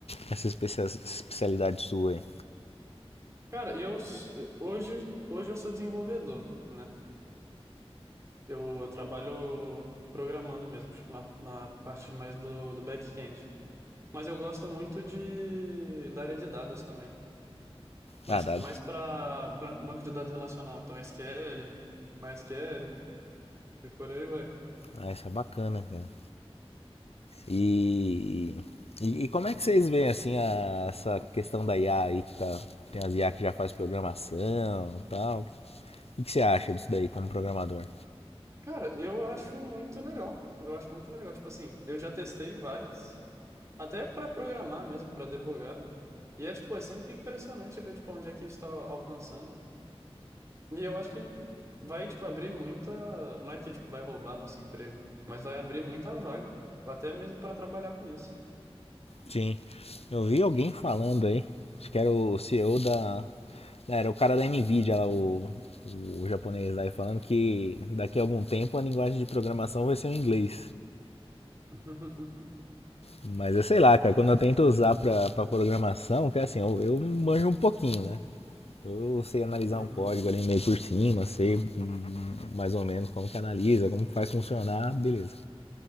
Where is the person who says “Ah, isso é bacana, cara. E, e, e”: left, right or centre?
Left